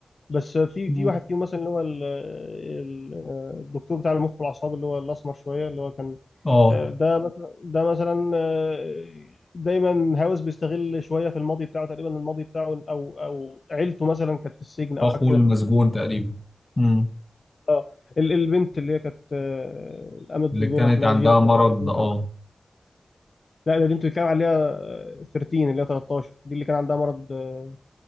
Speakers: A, on the left (about 60°); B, on the left (about 35°).
A: بس في
B: مم.
A: في واحد فيهم مثلا اللي هو ال- ال- آه، الدكتور بتاع المخ والاعصاب اللي هو الاسمر شويه اللي هو كان
B: اه
A: ده مثلا ده مثلا آه، دايما هاوس بيستغل شويه في الماضي بتاعه تقريبا الماضي بتاعه او او عيلته مثلا كانت في السجن او
B: اخوه
A: حاجه كده
B: المسجون تقريبا مم.
A: اه ال- البنت اللي هي كانت آه، قامت بدورها
B: اللي كانت
A: اسمها
B: عندها
A: جينيفر
B: مرض
A: جينيفر
B: اه
A: لا ده دي انت بتتكلم عليها آه، 13 اللي هي 13 دي اللي كان عندها مرض آه،